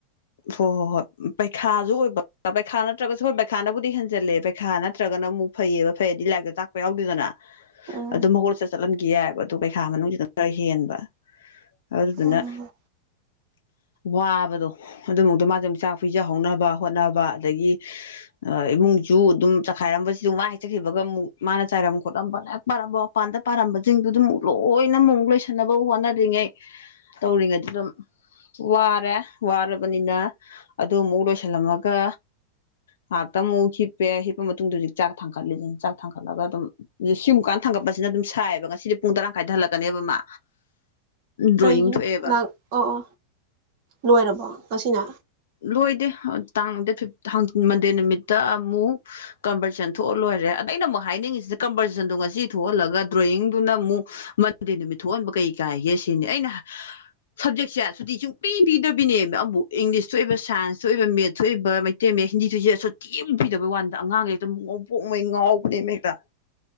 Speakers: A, on the left (about 60°); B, on the right (about 45°).
A: ꯍꯣꯏ ꯍꯣꯏ ꯍꯣꯏ ꯄꯩꯈꯥꯁꯨ ꯑꯣꯏꯕ ꯄꯩꯈꯥ ꯅꯠꯇ꯭ꯔꯒꯁꯨ ꯍꯣꯏ ꯄꯩꯈꯥꯅꯕꯨꯗꯤ ꯍꯦꯟꯖꯜꯂꯦ ꯄꯩꯈꯥ ꯅꯠꯇ꯭ꯔꯒꯅ ꯑꯃꯨꯛ ꯐꯩꯌꯦꯕ ꯐꯩꯗꯤ ꯂꯥꯏꯔꯤꯛꯇ ꯇꯥꯛꯄ ꯌꯥꯎꯗꯣꯏꯗꯅ
B: ꯎꯝ
A: ꯑꯗꯨ ꯃꯈꯒꯣꯜꯁꯦ ꯆꯠꯍꯟꯒ ꯒꯤꯌꯥꯏꯕ ꯑꯗꯨꯣ ꯄꯩꯈꯥ ꯃꯅꯨꯡꯁꯤꯗ ꯈꯔ ꯍꯦꯟꯕ ꯑꯗꯨꯗꯨꯅ
B: ꯎꯝ
A: ꯋꯥꯕꯗꯣ ꯑꯗꯨꯃꯛꯇ ꯃꯥꯁꯦ ꯑꯃꯨꯛ ꯆꯥꯛ ꯄꯤꯖꯍꯧꯅꯕ ꯍꯣꯠꯅꯕ ꯑꯗꯒꯤ ꯏꯃꯨꯡꯁꯨ ꯑꯗꯨꯝ ꯆꯈꯥꯏꯔꯝꯕꯁꯤꯗ ꯋꯥ ꯍꯥꯏꯖꯈꯤꯕꯒ ꯑꯃꯨꯛ ꯃꯥꯅ ꯆꯥꯏꯔꯝ ꯈꯣꯠꯂꯝꯝꯕ ꯂꯥꯏꯦꯛ ꯄꯥꯔꯝꯕ ꯃꯄꯥꯟꯗ ꯄꯥꯔꯝꯕꯁꯤꯡꯗꯨ ꯑꯗꯨ ꯑꯃꯨꯛ ꯂꯣꯏꯅ ꯑꯃꯨꯛ ꯂꯣꯏꯁꯟꯅꯕ ꯍꯣꯠꯅꯔꯤꯉꯩ ꯇꯧꯔꯤꯉꯩꯗ ꯑꯗꯨꯝ ꯋꯥꯔꯦ ꯋꯥꯔꯕꯅꯤꯅ ꯑꯗꯨ ꯑꯃꯨꯛ ꯂꯣꯏꯁꯤꯜꯂꯝꯃꯒ ꯉꯍꯥꯛꯇ ꯑꯃꯨꯛ ꯍꯤꯞꯄꯦ ꯍꯤꯞꯄ ꯃꯇꯨꯡꯗ ꯍꯧꯖꯤꯛ ꯆꯥꯛ ꯊꯥꯡꯒꯠꯂꯤꯁꯤ ꯆꯥꯛ ꯊꯥꯡꯒꯠꯂꯒ ꯑꯗꯨꯝ ꯁꯤꯡꯨꯝꯀꯥꯟꯗ ꯊꯥꯡꯒꯠꯄꯁꯤꯅ ꯑꯗꯨꯝ ꯁꯥꯏꯑꯕ ꯉꯁꯤꯗꯤ ꯄꯨꯡ ꯇꯔꯥ ꯀꯥꯏꯗ ꯍꯜꯂꯛꯀꯅꯦꯕ ꯃꯥ ꯗ꯭ꯔꯣꯌꯤꯡ
B: ꯀꯩꯒꯤ
A: ꯊꯣꯛꯑꯦꯕ
B: ꯂꯥꯛ ꯑꯣ ꯂꯣꯏꯔꯕꯣ ꯉꯁꯤꯅ
A: ꯂꯣꯏꯗꯦ ꯇꯥꯡ ꯗꯦꯠ ꯐꯤ ꯃꯟꯗꯦ ꯅꯨꯃꯤꯠꯇ ꯑꯃꯨꯛ ꯀꯝꯄꯇꯤꯁꯟ ꯊꯣꯛꯍꯜ ꯂꯣꯏꯔꯦ ꯑꯗ ꯑꯩꯅ ꯑꯃꯨꯛ ꯍꯥꯏꯅꯤꯡꯉꯤꯁꯤꯗ ꯀꯝꯄꯥꯔꯇꯤꯁꯟꯗꯣ ꯉꯁꯤ ꯊꯣꯛꯍꯜꯂꯒ ꯗ꯭ꯔꯣꯌꯤꯡꯗꯨꯅ ꯑꯃꯨꯛ ꯃꯟꯗꯦ ꯅꯨꯃꯤꯠ ꯊꯣꯛꯍꯟꯕ ꯀꯩ ꯀꯥꯏꯒꯦ ꯁꯤꯅꯤ ꯑꯩꯅ ꯁꯞꯖꯦꯛꯁꯦ ꯁꯨꯇꯤ ꯁꯨꯡ ꯄ ꯄꯗ ꯄꯤꯅꯦ ꯑꯃꯕꯨ ꯏꯪꯂꯤꯁꯇ ꯑꯣꯏꯕ ꯁꯥꯏꯟꯁꯇꯁꯨ ꯑꯣꯏꯕ ꯃꯦꯠꯁꯨ ꯑꯣꯏꯕ ꯃꯩꯇꯩ ꯃꯌꯦꯛ ꯍꯤꯟꯗꯤ ꯊꯣꯏꯁ ꯑꯁꯣꯊꯦꯡ ꯐꯤꯗꯕꯩ ꯋꯥꯅꯤꯗ ꯑꯉꯥꯡꯁꯦꯛꯇ ꯉꯥꯎꯄꯣꯛꯉꯩ ꯉꯥꯎꯕꯅꯦꯕ ꯍꯦꯛꯇ